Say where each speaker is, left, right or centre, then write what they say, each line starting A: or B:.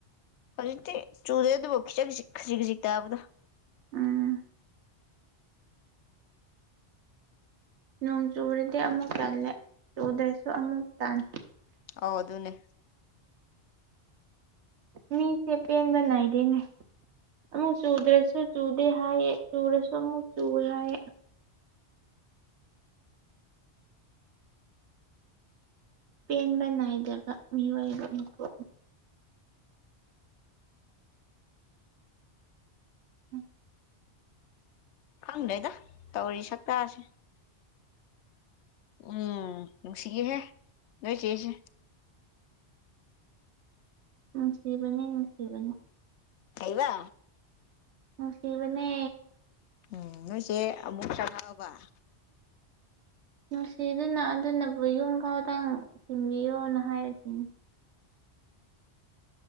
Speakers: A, on the left; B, on the right.
A: ꯍꯧꯖꯤꯛꯇꯤ ꯆꯨꯗꯦ ꯑꯗꯨꯕꯨ ꯈꯖꯤꯛ ꯈꯖꯤꯛ ꯇꯕꯗꯣ
B: ꯎꯝ ꯅꯣꯡ ꯆꯨꯔꯗꯤ ꯑꯃꯨꯛ ꯇꯜꯂꯦ ꯆꯨꯗ꯭ꯔꯁꯨ ꯑꯃꯨꯛ ꯇꯟ
A: ꯑꯧ ꯑꯗꯨꯅꯦ
B: ꯃꯤꯁꯦ ꯄꯦꯟꯕꯅꯥꯏꯗꯦꯅꯦ ꯑꯃꯨꯛ ꯆꯨꯗ꯭ꯔꯁꯨ ꯆꯨꯗꯦ ꯍꯥꯏꯌꯦ ꯆꯨꯔꯁꯨ ꯑꯃꯨꯛ ꯆꯨꯋꯦ ꯍꯥꯏꯌꯦ ꯄꯦꯟꯕ ꯅꯥꯏꯗꯦꯕ ꯃꯤꯑꯣꯏꯕ ꯑꯩꯈꯣꯏ ꯎꯝ
A: ꯈꯪꯗꯦꯗ ꯇꯧꯔꯤ ꯁꯛꯇꯥꯁꯦ ꯎꯝ ꯅꯨꯡꯁꯤꯍꯦ ꯅꯣꯏ ꯆꯦꯁꯦ
B: ꯅꯨꯡꯁꯤꯕꯅꯦ ꯅꯨꯡꯁꯤꯕꯅꯦ
A: ꯀꯩꯕ
B: ꯅꯨꯡꯁꯤꯕꯅꯦ
A: ꯎꯝ ꯅꯣꯏꯆꯦ ꯑꯃꯨꯛ ꯆꯪꯉꯛꯑꯕ
B: ꯅꯨꯡꯁꯤꯗꯨꯅ ꯑꯗꯨꯅꯕꯨ ꯌꯨꯝ ꯐꯥꯎꯗꯡ ꯊꯤꯟꯕꯤꯌꯣꯅ ꯍꯥꯏꯔꯤꯁꯤꯅꯤ